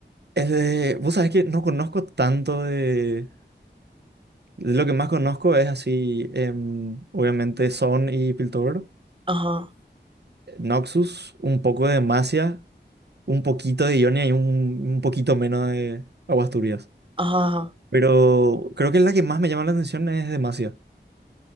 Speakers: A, on the right; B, on the right.
A: Es de- vos sabés que no conozco tanto de... de Lo que más conozco es así, em, obviamente, Son y Piltover.
B: Ajá,
A: Noxus, un poco de Demacia, un poquito de Ionia y un, un poquito menos de Aguasturias.
B: ajá, ajá.
A: Pero creo que la que más me llama la atención es Demacia.